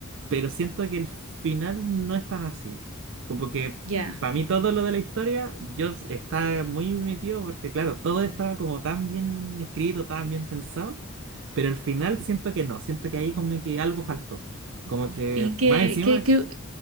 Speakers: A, on the right; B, on the right.
A: pero siento que el final no es tan así. Como que
B: ya.
A: para mí todo lo de la historia yo s- estaba muy metido porque claro, todo estaba como tan bien escrito, tan bien pensado, pero el final siento que no, siento que ahí como que algo faltó. Como que
B: ¿Y qué,
A: más encima
B: qué, qué,